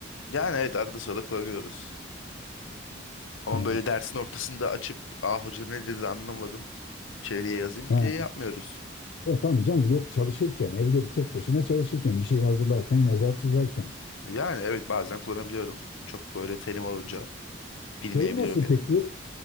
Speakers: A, on the left (about 85°); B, on the left (about 60°).
A: Yani evet arada sırada kullanıyoruz. Ama
B: Ha,
A: böyle dersin ortasında açıp aa hoca ne dedi anlamadım çeviriye yazayım
B: ha.
A: diye yapmıyoruz.
B: Efendim canım yok çalışırken evde bir tek başına çalışırken bir şey hazırlarken yazar çizerken.
A: Yani evet bazen kullanabiliyorum. Çok böyle terim olunca bilmeyebiliyorum
B: Şey nasıl
A: ya.
B: peki